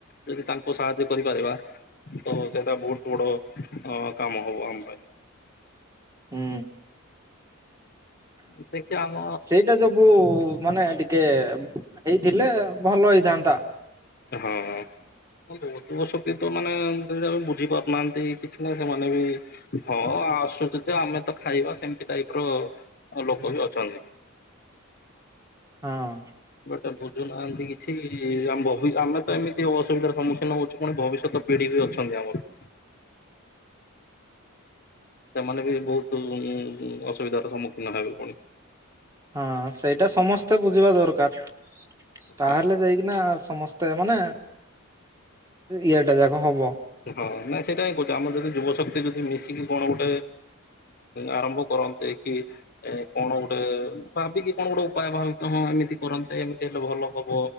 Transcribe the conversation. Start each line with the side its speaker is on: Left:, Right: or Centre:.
Left: ଯଦି ତାଙ୍କୁ ସାହାଯ୍ୟ କରିପାରିବା। ତ ସେଇଟା ବହୁତ ବଡ କାମ ହବ ଆମ ପାଇଁ।
Right: ହୁଁ
Left: ଦେଖିବା ଆମ
Right: ସେଇଟା ଯୋଗୁ ଉ ମାନେ ଟିକେ ହେଇଥିଲେ ଭଲ ହେଇଥାନ୍ତା।
Left: ହଁ। <unintelligible> ବୋଦୋ ଶକ୍ତି ତ ମାନେ ବୁଝି ପାରୁନାହାନ୍ତି କିଛି ନା ସେମାନେ ବି ହଁ ହଁ ଆସୁଛି ତ ଆମେ ତ ଖାଇବା ସେମିତି ଟାଇପ୍ ର ଲୋକ ବି ଅଛନ୍ତି। <inaudible>
Right: ହଁ।
Left: ସେଟା ବୁଝୁନାହାଁନ୍ତି କିଛି ଆମ୍ବ ଆମେ ତ ଏମିତି ଅସୁବିଧାର ସମ୍ମୁଖୀନ ହଉଛୁ ପୁଣି ଭବିଷ୍ୟତ ପିଢ଼ି ବି ଅଛନ୍ତି ଆମର। ସେମାନେ ବି ବହୁତ ଉମ ଅସୁବିଧାର ସମ୍ମୁଖୀନ ହେବେ ପୁଣି।
Right: ହଁ ସେଇଟା ସମସ୍ତେ ବୁଝିବା ଦରକାର।
Left: ପୁଣି।
Right: ତାହେଲେ ଯାଇକିନା ସମସ୍ତେ ମାନେ ଇଏଟା ଯାକ ହବ।
Left: ହଁ ନାଇଁ ସେଇଟା ହିଁ କହୁଛି ଆମର ଯଦି ଯୁବ ଶକ୍ତି ଯଦି ମିଶିକି କଣ ଗୋଟେ ଆରମ୍ଭ କର କରନ୍ତେ କି କଣ ଗୋଟେ ଭାବିକି କଣ ଗୋଟେ ଉପାୟ ଭାବ ହଁ ଏମିତି କରନ୍ତେ ଏମିତି ହେଲା ଭଲ ହବ